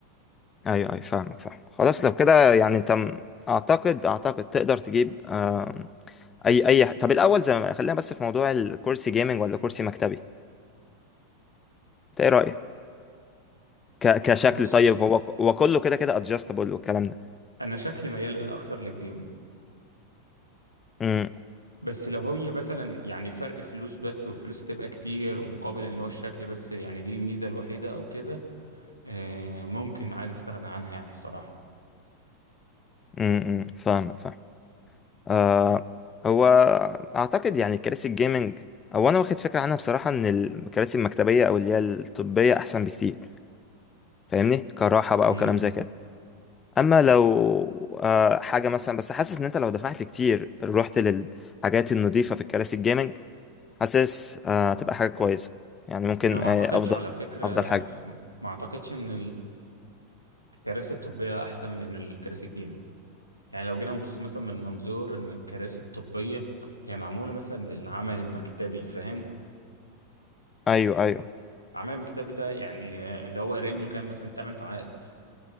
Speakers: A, on the left; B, on the right.
A: ايوه ايوه فاهمك فاهم خلاص لو كده يعني انت م- اعتقد اعتقد تقدر تجيب آه، اي اي ح- طب الاول زي ما خلينا بس في موضوع الكرسي جيمنج ولا كرسي مكتبي انت ايه رايك ك... كشكل
B: بص
A: طيب هو هو كله كده كده ادجستبل والكلام ده
B: انا شكلي ميال اكتر للجيم
A: امم
B: بس لو هي مثلا يعني فرق فلوس بس والفلوس هتبقى كتير مقابل اللي هو الشكل بس يعني دي الميزه الوحيده او كده آه، ممكن عادي استغنى عنها يعني الصراحه
A: امم أمم، فاهمك فاهم آه هو اعتقد يعني كراسي الجيمنج او انا واخد فكره عنها بصراحه ان الكراسي المكتبيه او اللي هي الطبيه احسن بكتير فاهمني كراحه بقى
B: مم.
A: وكلام زي كده اما لو آه حاجه مثلا بس حاسس ان انت لو دفعت كتير رحت للحاجات النظيفه في الكراسي الجيمنج حاسس آه هتبقى حاجه كويسه يعني ممكن
B: انا ما
A: آه
B: اعتقدش
A: افضل
B: على فكره
A: افضل حاجه
B: ما اعتقدش ان الكراسي الطبيه احسن من الكراسي الجيم يعني لو جينا نبص مثلا من منظور ان الكراسي الطبيه هي معموله مثلا للعمل المكتبي فاهم
A: ايوه ايوه
B: العمل المكتبي ده يعني اللي هو رينجه كام مثلا 8 ساعات